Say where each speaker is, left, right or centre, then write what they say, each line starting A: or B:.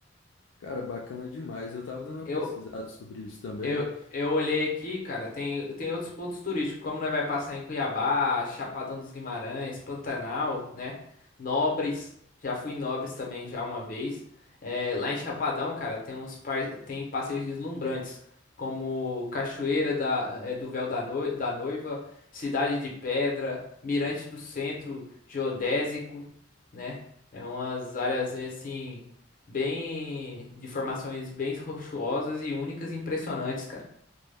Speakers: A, on the left (about 75°); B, on the left (about 45°).
A: Cara, bacana demais. Eu tava dando uma
B: Eu,
A: pesquisada sobre isso também.
B: Eu, eu olhei aqui, cara, tem, tem outros pontos turísticos, como nós vai passar em Cuiabá, Chapadão dos Guimarães, Pantanal, né? Nobres, já fui em Nobres também já uma vez. É, lá em Chapadão, cara, tem uns par- tem passeios deslumbrantes, como Cachoeira da, é, do Véu da, Noi- da Noiva, Cidade de Pedra, Mirante do Centro, Geodésico, né? É umas áreas assim bem de formações bem rochosas e únicas e impressionantes, cara.